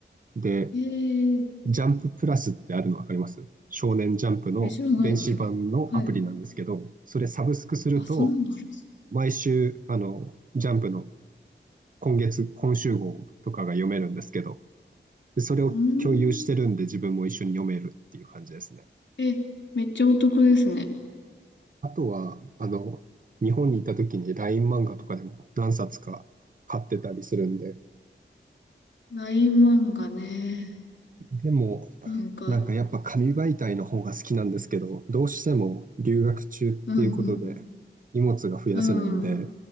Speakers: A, on the right; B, on the left.
A: で、
B: ーえ
A: ジャンププラスってあるの分かります少年ジャンプの電子版のアプリなんですけど、
B: ええ、知らないです。はい。
A: それサブスクすると、
B: あ、そんなのあるんです。
A: 毎週、あの、ジャンプの今月、今週号とかが読めるんですけど、でそれを共有してるんで自分も一緒に読めるっていう感じですね。
B: うーん。え、めっちゃお得ですね。
A: あとは、あの、日本にいた時に LINE 漫画とかでも何冊か買ってたりするんで、
B: ライン漫画ね。
A: でも、
B: なんか、
A: なんかやっぱ紙媒体の方が好きなんですけど、どうしても留学中っていうことで荷物が増やせないんで、
B: うん、うん、うん。